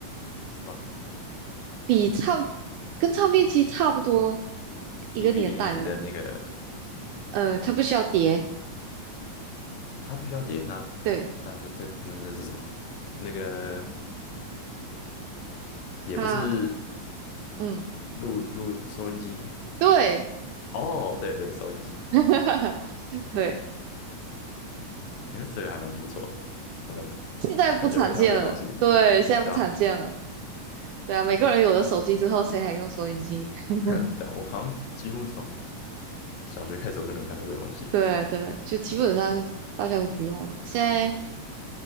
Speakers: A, on the left; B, on the right.
A: 是吗
B: 比唱跟唱片机差不多一个年代的。
A: ？DVD 的那个，
B: 呃，它不需要碟，
A: 它不需要碟，那
B: 对
A: 那那这那那是什么？那个也不是
B: 它，嗯，
A: 录录收音机
B: 对
A: 哦，对对，收音机，
B: <laughs> 对，
A: 嗯，这个还蛮不错的真的
B: 现在不常见了，
A: 很久没看到这个东西了，
B: 对，现在不常见了。
A: 对啊，
B: 对啊，每个人有了手机之后，谁还用收音机？<laughs>
A: <laughs> 对啊，我好像几乎从小学开始我就没看过这个东西，
B: 对对，就基本上大家都不用了。现在，